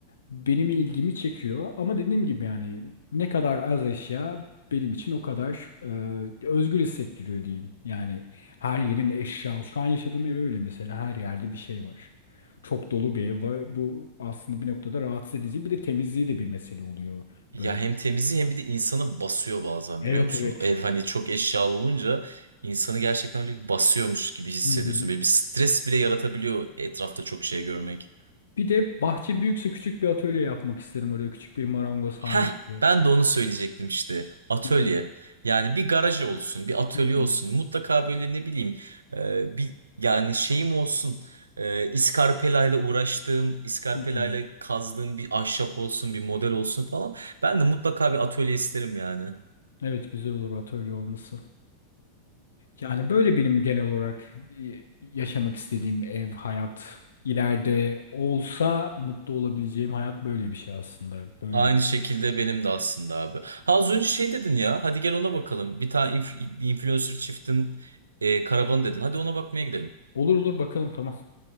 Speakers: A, on the left; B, on the right.
A: benim ilgimi çekiyor ama dediğim gibi yani ne kadar az eşya benim için o kadar e, özgür hissettiriyor diyeyim. Yani her yerin eşya. Şu an yaşadığım ev öyle mesela her yerde bir şey var. Çok dolu bir ev var. Bu aslında bir noktada rahatsız edici. Bir de temizliği de bir mesele oluyor.
B: Ya
A: Böyle.
B: hem temizliği hem bir de insanı basıyor bazen
A: Evet
B: biliyor musun?
A: evet.
B: Ev hani çok eşyalı olunca insanı gerçekten öyle bir basıyormuş gibi hissediyorsun.
A: Hı hı.
B: Böyle bir stres bile yaratabiliyor etrafta çok şey görmek.
A: Bir de bahçe büyükse küçük bir atölye yapmak isterim oraya. Küçük bir marangoz hali
B: Heh,
A: gibi.
B: ben de onu söyleyecektim işte. Atölye.
A: Evet.
B: Yani bir garaj olsun, bir atölye
A: Hı hı.
B: olsun. Mutlaka böyle ne bileyim e, bir yani şeyim olsun. E, iskarpelayla uğraştığım, iskarpelayla
A: Hı hı.
B: kazdığım bir ahşap olsun, bir model olsun falan. Ben de mutlaka bir atölye isterim yani.
A: Evet güzel olur atölye olması. Yani böyle benim genel olarak e, yaşamak istediğim ev, hayat, ileride olsa mutlu olabileceğim hayat böyle bir şey aslında. Böyle.
B: Aynı şekilde benim de aslında abi. Ha az önce şey dedin ya. Hadi gel ona bakalım. Bir tane inf- bir influencer çiftin e, karavanı dedin. Hadi ona bakmaya gidelim.
A: Olur olur bakalım tamam.